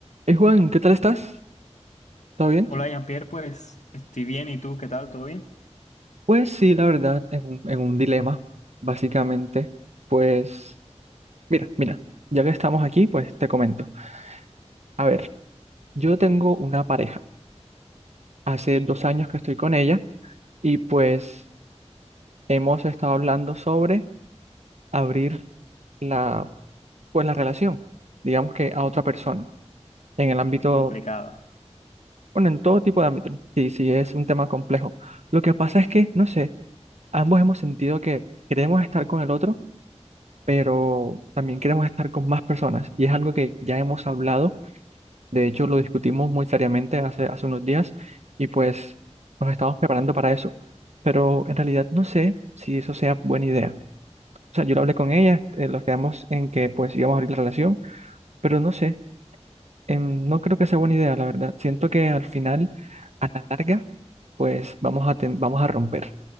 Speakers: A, on the right (about 70°); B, on the left (about 85°).
A: Eh, Juan, ¿qué tal estás? ¿Todo bien?
B: Hola, Jean-Pierre, pues estoy bien. ¿Y tú qué tal? ¿Todo bien?
A: Pues sí, la verdad, en un, en un dilema, básicamente. Pues, mira, mira, ya que estamos aquí, pues te comento. A ver, yo tengo una pareja. Hace dos años que estoy con ella y pues hemos estado hablando sobre abrir la, pues, la relación, digamos que a otra persona, en el ámbito,
B: Complicado.
A: bueno, en todo tipo de ámbito. Sí, sí, es un tema complejo. Lo que pasa es que, no sé, ambos hemos sentido que queremos estar con el otro pero también queremos estar con más personas y es algo que ya hemos hablado, de hecho lo discutimos muy seriamente hace, hace unos días y pues nos estamos preparando para eso, pero en realidad no sé si eso sea buena idea. O sea, yo lo hablé con ella, eh, nos quedamos en que pues íbamos a abrir la relación, pero no sé, em, no creo que sea buena idea, la verdad. Siento que al final, a la larga, pues vamos a, ten- vamos a romper.